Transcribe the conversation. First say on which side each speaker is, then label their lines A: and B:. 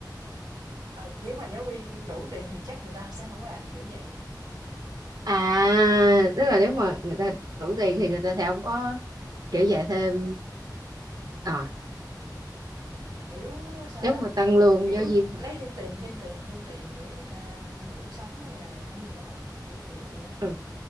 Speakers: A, on the right (about 80°); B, on the right (about 60°).
A: ừ, nếu mà giáo viên đủ tiền thì chắc người ta sẽ không làm kiểu vậy
B: à tức là nếu mà người ta đủ tiền thì người ta sẽ không có kiểu dạy thêm à
A: kiểu sao
B: nếu
A: ta
B: mà tăng lương
A: kiểu
B: giáo viên
A: lấy thêm tiền thêm tiền thêm tiền để người ta đủ sống hay là làm gì đó kiểu kiểu gì á
B: hả?